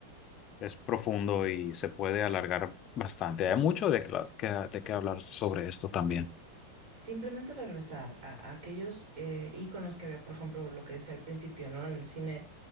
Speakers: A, on the left (about 35°); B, on the right (about 45°).
A: es profundo y se puede alargar bastante. Hay mucho de, cla- que, de qué hablar sobre esto también.
B: Simplemente regresar a, a aquellos eh, íconos que había, por ejemplo, lo que decía al principio, ¿no? En el cine,